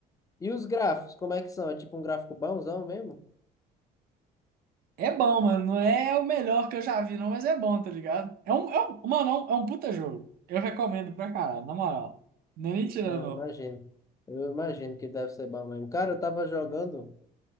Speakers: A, on the left (about 20°); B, on the right (about 60°).
A: E os gráficos, como é que são? É tipo um gráfico bonzão mesmo?
B: É bom, mano. Não é o melhor que eu já vi, não, mas é bom, tá ligado? É um, é um, mano, é um, é um puta jogo. Eu recomendo pra caralho, na moral. Não é nem tirando,
A: Não,
B: não.
A: eu imagino. Eu imagino que deve ser bom mesmo. Cara, eu tava jogando.